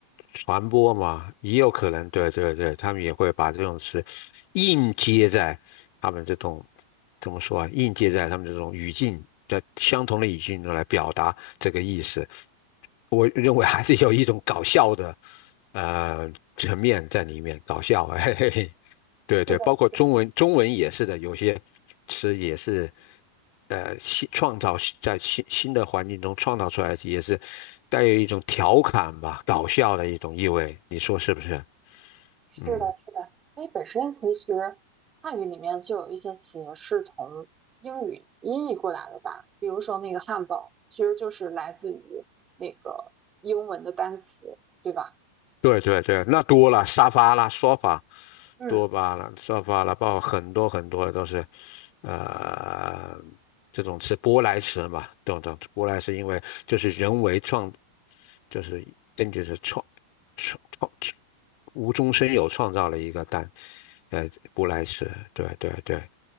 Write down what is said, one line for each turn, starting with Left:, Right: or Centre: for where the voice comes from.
Left: 传播嘛，也有可能，对对对，他们也会把这种词硬接在他们这种怎么说啊，硬接在他们这种语境，在相同的语境中来表达这个意思。我认为还是有一种搞笑的呃层面在里面，搞笑，嘿嘿嘿。对对，
Right: 是的，
Left: 包括中文，
Right: 是的，
Left: 中文也是的，有些词也是，呃，新创造在新新的环境中创造出来，也是带有一种调侃吧、搞笑的一种意味，你说是不是？
Right: 是的，
Left: 嗯，
Right: 是的。因为本身其实汉语里面就有一些词是从英语音译过来的吧，比如说那个汉堡，其实就是来自于那个英文的单词，对吧？
Left: 对对对，那多了，沙发啦、说法、
Right: 嗯。
Left: 多巴啦、沙发啦，包括很多很多都是，呃，这种词舶来词嘛，等等，舶来是因为就是人为创，就是根据是创创创。无中生有创造了一个蛋，呃，布莱斯，对对对，